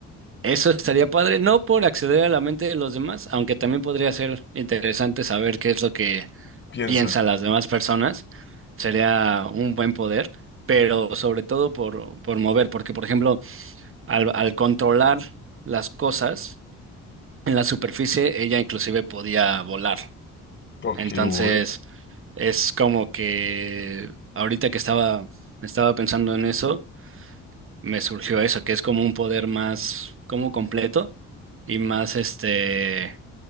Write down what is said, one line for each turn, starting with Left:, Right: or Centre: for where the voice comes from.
Right: Eso estaría padre, no por acceder a la mente de los demás, aunque también podría ser interesante saber qué es lo que
Left: piensan.
Right: piensa las demás personas, sería un buen poder, pero sobre todo por, por mover, porque por ejemplo, al, al controlar las cosas en la superficie, ella inclusive podía volar.
Left: Ok,
Right: Entonces,
Left: uy,
Right: es como que ahorita que estaba, estaba pensando en eso, me surgió eso, que es como un poder más, como completo y más este,